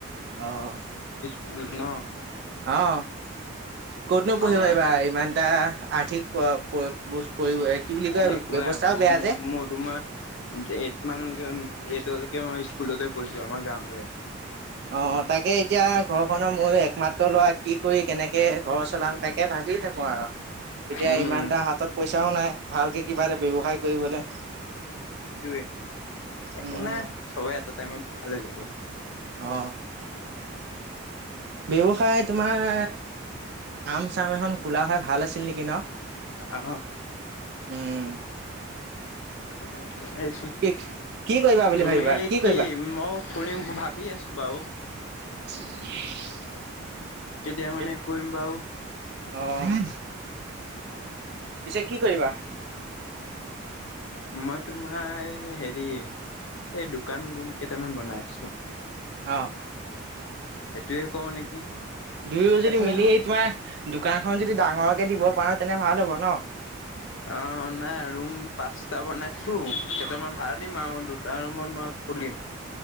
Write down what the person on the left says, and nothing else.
ল ন?
অ'।
এ একো
নাই মই
মোক
মোৰ তোমাৰ এই মানকে এইটোকে মই, স্কুলতে পঢিছোঁ আমাৰ গাঁৱৰে।
উম
সেইটোয়ে একো
নাই চবেই এটা টাইমত। ভালে যাব।
অ
<inaudible> এই
তুমি
কি
মই কৰিম ভাবি আছো বাৰু
কেতিয়া মানে কৰিম বাৰু
মই তোমাৰ হেৰি এই দোকান ৰুম কেইটামান বনাই আছো।
সেইটোয়ে কওঁ নেকি।
এফালে
আহা
অ, নাই ৰুম পাঁচটা বনাইছোঁ, কেইটামান ভাড়া দিম, আৰু দুটা ৰুমত মই খুলিম,